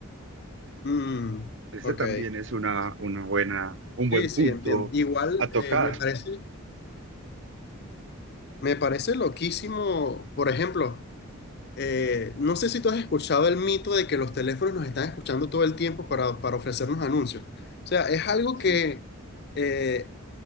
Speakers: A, on the left (about 50°); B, on the right (about 55°).
A: Mm,
B: Ese
A: ok.
B: también es una, una buena, un
A: Sí,
B: buen
A: sí,
B: punto
A: entiendo. Igual
B: a tocar,
A: eh, me parece, me parece loquísimo, por ejemplo. Eh, no sé si tú has escuchado el mito de que los teléfonos nos están escuchando todo el tiempo para, para ofrecernos anuncios. O sea, es algo
B: sí.
A: que eh,